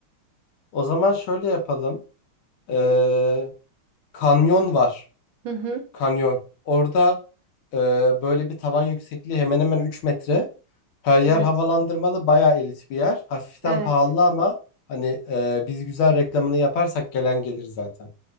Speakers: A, on the left; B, on the right.
A: O zaman şöyle yapalım. Eee, kanyon var.
B: Hı hı.
A: Kanyon. Orada e, böyle bir tavan yüksekliği hemen hemen 3 metre. Her yer
B: Evet.
A: havalandırmalı, bayağı elit bir yer. Hafiften
B: Evet.
A: pahalı ama hani e, biz güzel reklamını yaparsak gelen gelir zaten.